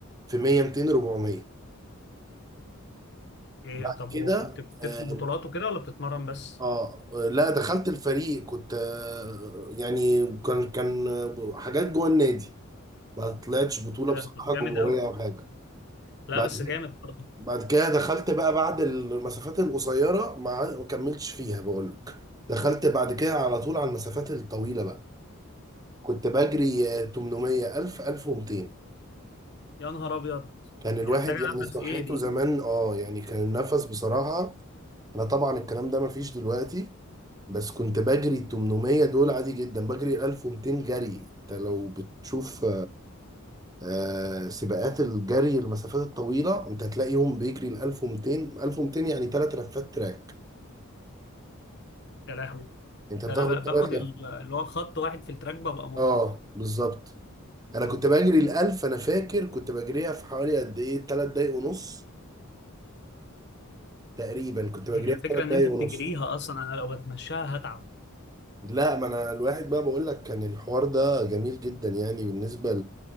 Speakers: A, on the right; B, on the left.
A: في 100 200 400
B: ايه
A: بعد
B: طب
A: كده
B: وكنت بتدخل
A: آه،
B: بطولات وكده ولا بتتمرن بس
A: اه لا دخلت الفريق كنت آه، يعني كان كان آه، حاجات جوه النادي ما طلعتش بطولة
B: ايه ده
A: بصراحة
B: طب جامد
A: جمهورية
B: قوي
A: او حاجة
B: لا
A: بعد
B: بس جامد
A: كده
B: برضه
A: بعد كده دخلت بقى بعد المسافات القصيرة ما كملتش فيها بقول لك دخلت بعد كده على طول على المسافات الطويلة بقى كنت بجري آه، 800 1000 1200
B: يا نهار ابيض
A: كان الواحد
B: دي محتاجه
A: يعني صحته
B: نفس ايه دي
A: زمان اه يعني كان النفس بصراحة انا طبعا الكلام ده ما فيش دلوقتي بس كنت بجري ال 800 دول عادي جدا بجري 1200 جري انت لو بتشوف آه، سباقات الجري المسافات الطويله انت هتلاقيهم بيجري ال 1200 1200 يعني ثلاث لفات تراك
B: يا لهوي
A: انت
B: ده
A: بتاخد
B: انا ب- باخد
A: ثلاث
B: ال-
A: لفات
B: اللي هو خط واحد في التراك ببقى مت...
A: اه بالظبط انا كنت بجري ال 1000 انا فاكر كنت بجريها في حوالي قد ايه ثلاث دقايق ونص تقريبا كنت بجريها
B: هي الفكره
A: في ثلاث
B: ان
A: دقايق
B: انت بتجريها
A: ونص
B: اصلا انا لو بتمشاها هتعب
A: لا ما انا الواحد بقى بقول لك كان الحوار ده جميل جدا يعني بالنسبه